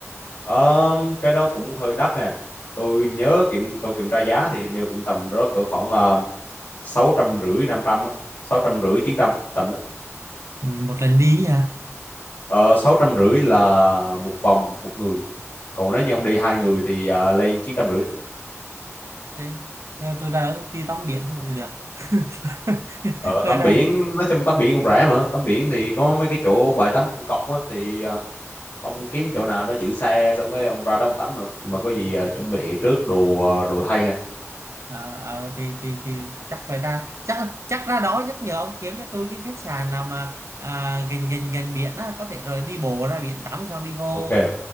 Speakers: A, on the left; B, on the right.
A: Ờ, cái đó cũng hơi đắt nè tôi nhớ kiểm tôi kiểm tra giá thì hình như cũng tầm đó cỡ khoảng ờ, sáu trăm rưỡi năm trăm sáu trăm rưỡi chín trăm tầm đó
B: Ừ, một lần đi hả
A: ờ sáu trăm rưỡi là một vòng một người còn nếu như ông đi hai người thì ờ, lên chín trăm rưỡi
B: Thế, ờ, tôi đã đi tắm biển thôi cũng được <laughs>
A: Ờ,
B: tôi
A: tắm
B: ra
A: biển nói chung tắm biển cũng rẻ mà tắm biển thì có mấy cái chỗ bãi tắm công cộng á thì ờ, ông kiếm chỗ nào nó giữ xe xong cái ông ra đó ông tắm mà nhưng mà
B: đó.
A: có gì ờ, chuẩn bị trước đồ ờ, đồ thay nha
B: ờ ờ, thì thì thì chắc phải ra chắc chắc ra đó nhắc nhở ông kiếm cho tôi cái khách sạn nào mà à, gần gần gần biển á có thể rồi đi bộ ra biển tắm xong đi vô
A: ok